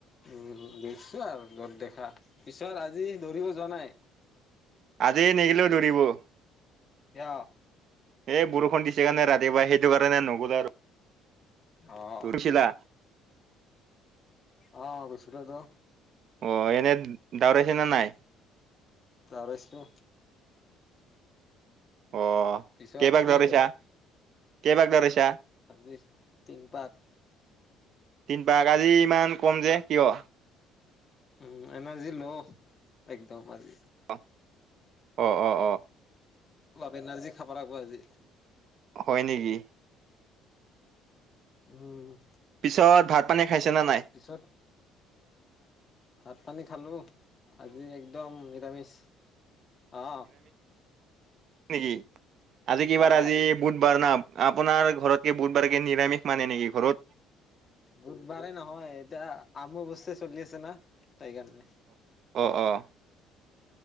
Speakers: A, on the left; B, on the right.
A: উম, দেখছো আৰু য'ত দেখা পিছত আজি দৌৰিব যোৱা নাই।
B: আজি নিগিলেও দৌৰিব এই
A: কিয়
B: বৰষুণ দিছে কাৰণে ৰাতিপুৱা সেই সেইটো কাৰণে নগলো আৰু।
A: অহ,
B: দৌৰিছিলা
A: অ' গৈছিলো তো।
B: অ' এনে দাওৰাইছে নে নাই?
A: দাওৰাইছে।
B: অ'
A: পিছত
B: কেইবাগ
A: কি
B: দাওৰাইছা,
A: হব
B: কেইবাগ দাওৰাইছা,
A: আজি তিন পাক‌।
B: তিনপাক আজি ইমান কম যে কিয়?
A: উম, এনাৰ্জি ল' একদম আজি।
B: অহ-অহ-অহ-অহ,
A: অলপ এনাৰ্জি খাব লাগব আজি।
B: হয়, নেকি?
A: উম,
B: পিছত ভাত পানী খাইছে নে নাই?
A: পিছত ভাত পানী খালো আজি একদম নিৰামিষ অ',
B: হয়, নেকি আজি কিবাৰ
A: অ
B: আজি বুধবাৰ না আপোনাৰ ঘৰত বুধবাৰে কি নিৰামিষ মানে নেকি ঘৰত।
A: বুধবাৰে নহয় এতিয়া আমোবচ্চি চলি আছে না সেইকাৰণে।
B: অ-অ,